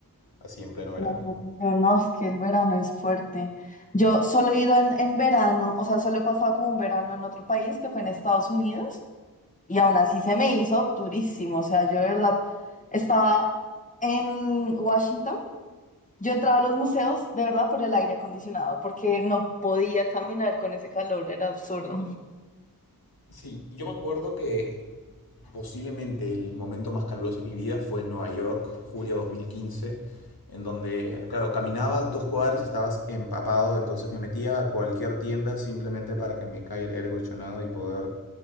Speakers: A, on the left; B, on the left.
A: así en pleno verano.
B: No, yo no, es que el verano es fuerte. Yo solo he ido en, en verano, o sea, solo he pasado como un verano en otro país, que fue en Estados Unidos, y aún así se me hizo durísimo. O sea, yo de verdad estaba en Washington. Yo entraba a los museos de verdad por el aire acondicionado, porque no podía caminar con ese calor, era absurdo.
A: Sí, yo me acuerdo que posiblemente el momento más caluroso de mi vida fue en Nueva York, julio de 2015, en donde, claro, caminabas dos cuadras y estabas empapado, entonces me metía a cualquier tienda simplemente para que me caiga el aire acondicionado y poder